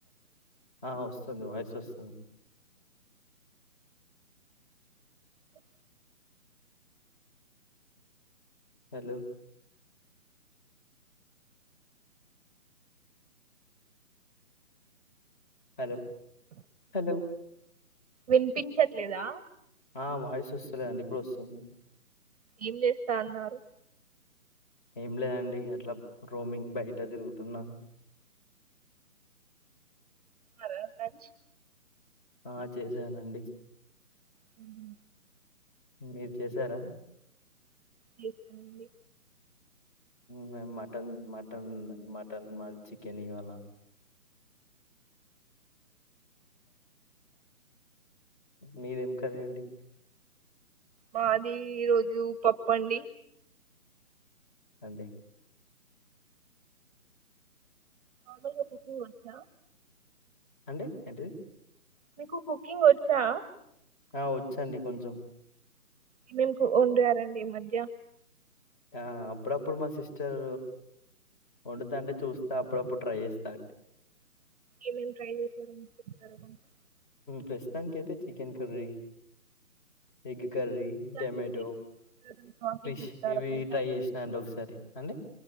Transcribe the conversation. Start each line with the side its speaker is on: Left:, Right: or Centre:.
Left: ఆ వస్తది voice వస్తది
Right: అ
Left: హలో హలో హలో
Right: వినిపించట్లేదా
Left: ఆ వాయిస్ వస్తలేదండి, ఇప్పుడు వస్తుంది
Right: ఎం జేస్తా అన్నారు
Left: ఏం లేండి అట్లా రోమింగ్ బయట తిరుగుతున్నా
Right: అరయ పంచ్
Left: ఆ చేశానండి
Right: హూ
Left: మీరు చేసారా
Right: లేదండి
Left: మే మటన్, మటన్, మటన్ మాది చికెన్ ఇవాళ మీదేం కర్రి అండి
Right: మాది ఈ రోజు పప్పండి
Left: అండే
Right: మీకు మమ్ముల కుకింగ్ వచ్చా
Left: అంటే ఎంటి
Right: మీకు కుకింగ్ ఒచ్చా
Left: ఆ వచ్చండి కొంచం
Right: ఏమెమ్ కు ఉండారండి ఈ మధ్య
Left: ఆ అప్పుడప్పుడు మా సిస్టర్ ఉండుతాంటే చూస్త అప్పుడప్పుడు ట్రై చేస్తా
Right: ఏమేమ్ ట్రై చేశార అని చెప్తార కొంచెం
Left: ప్రస్తుతనికి అయితే చికెన్ కర్రీ ఎ కర్రీ
Right: దానికి
Left: డొమాటో
Right: ప్రాసెస్
Left: ఫిష్
Right: చెప్తారా
Left: ఇవి
Right: కొంచెం
Left: ట్రై చేసినా అండి ఒకసారి అంతే